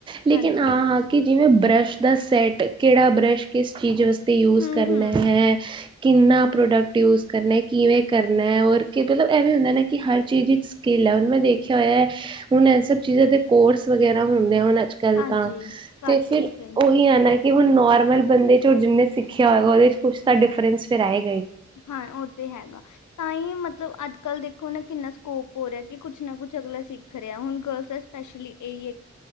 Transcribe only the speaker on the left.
ਹਾਂਜੀ
ਹੂੰ-ਹੂੰ
ਹਾਂਜੀ
ਕਰਦੇ
ਨੀ ਕਈ
ਹਾਂ, ਓ ਤੇ ਹੈਗਾ ਤਾਂ ਈ ਮਤਲਬ ਅੱਦ ਕੱਲ੍ਹ ਦੇਖੋ ਨਾ ਕਿੰਨਾ ਸਕੋਪ ਹੋ ਰਿਆ ਕਿ ਕੁੱਛ ਨਾ ਕੁੱਛ ਅਗਲਾ ਸਿੱਖ ਰਿਆ ਹੁਣ ਗਰਲਸ ਦਾ ਸਪੈਸ਼ਲੀ ਏਈ ਐ